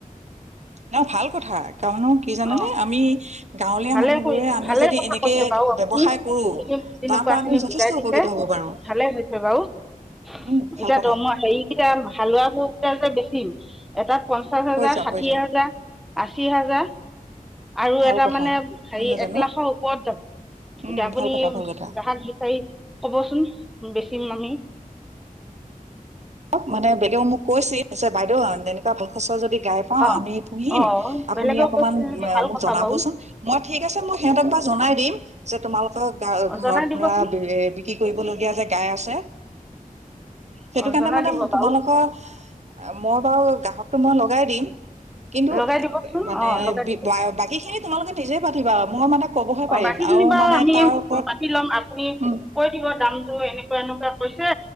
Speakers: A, on the right (about 50°); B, in the centre.
A: ন ভাল কথা কাৰণো কি জানেনে
B: অ
A: আমি গাঁৱলীয়া
B: ভালে
A: মানুহবোৰে
B: কৰি
A: আমি
B: ভালে
A: যদি
B: কথা
A: এনেকে
B: কৈছে বাৰু আপুনি
A: ব্যৱসায় কৰো
B: সখিদম তেনেকুৱ
A: তাৰ পৰা
B: খিনি
A: আমি যথেষ্ট
B: বুজাই দিছে
A: উপকৃত হব পাৰো
B: ভালে হৈছে বাৰু এতিয়া
A: উম ভাল কথা
B: দম হেৰিকেইটা হালোৱাবোৰ কেইটা এ বে থম এটা পঞ্চাশ হাজাৰ
A: কৈ যোৱা
B: ষাঠি
A: কৈ যোৱা
B: হাজাৰ আশী হাজাৰ আৰু
A: ভাল
B: এটা
A: কথা
B: মানে হেৰি
A: নহয় জানো
B: এক লাখৰ ওপৰত যাম
A: উম
B: এতিয়া আপুনি
A: ভাল কথা ভাল কথা
B: গ্ৰাহাক বিচাৰি কবচোন বেচিম আমি
A: অ মানে বেলেগও মোক কৈছিলছে বাইদেউ এনেকুৱা ভাল খচ যদি এই গাই
B: অ
A: আমি পুহিম
B: অ
A: আপুনি
B: বেলেগেও
A: অকনমান
B: কৈছিল যদি ভাল
A: মোক
B: কথা
A: জনাবচোন
B: বাৰু
A: মই থিক আছে সিহঁতক জনায় দিম তোমালক
B: অ
A: ঘৰত
B: জনাই দিবচোন
A: বিক্ৰী কৰিবলগীয়া গাই আছে বে সেইটো
B: অ
A: কাৰণে
B: জনাই
A: মানে
B: দিব
A: তোমালোকৰ
B: বাৰু
A: মই বাৰু গ্ৰাহকটো মই লগাই দিম কিন্তু
B: লগাই
A: এ
B: দিবচোন
A: মানে
B: অ লগাই দিব
A: বাকী খিনি তোমালোকে নিজে পাতিবা মোৰ মানে কবহে পাৰিম
B: অ' বাকীখিনি
A: আৰু
B: বা
A: মানে
B: আমি
A: তাৰ ওপৰত
B: পাতি ল'ম আপুনি
A: উম
B: কৈ দিব দাম। তোৰ এনেকুৱা এনেকুৱা কৈছে,